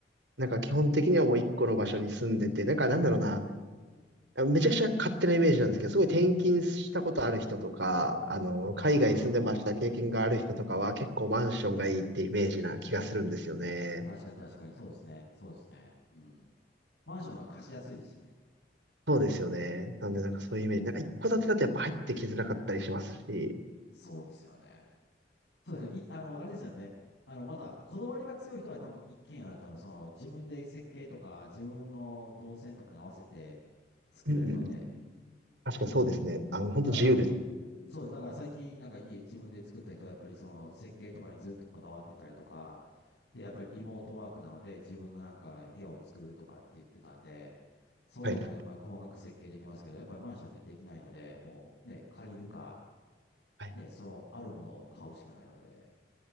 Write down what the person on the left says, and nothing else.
ああ、
なるほど。確かに確かに、そうですね。そうですね。うん。マンションの方が貸しやすいですしね。
うん。
そうですよね。そうですねい、あの、あれですよね。あの、まだ、こだわりが強い人は多分一軒家だと多分その、自分で設計とか、自分の動線とかに合わせて作れるので。
うん。
だから、うん、そうです。だから最近、なんか家自分で作った人は、やっぱりその設計とかにずっとこだわってたりとか、で、やっぱりリモートワークなので、自分のなんか部屋を作るとかって言ってたんで、そういうのはやっぱり細かく設計できますけど、
やっぱりマンションってできないので、もうね、借りるか、
ね、そのあるものを買うしかないので。